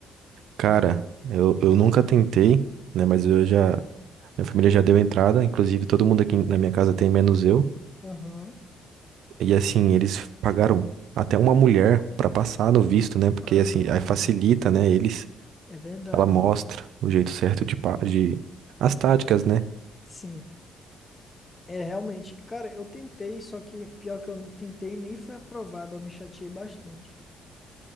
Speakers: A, on the right (about 75°); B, on the left (about 25°).
A: Cara, eu, eu nunca tentei, né? Mas eu já, minha família já deu entrada, inclusive todo mundo aqui na minha casa tem, menos eu.
B: Aham.
A: E assim, eles pagaram até uma mulher pra passar no visto, né? Porque
B: Ah,
A: assim, aí facilita, né, eles.
B: é verdade.
A: Ela mostra o jeito certo de, pa- de as táticas, né?
B: Sim. É realmente. Cara, eu tentei, só que pior que eu tentei nem foi aprovado. Eu me chateei bastante.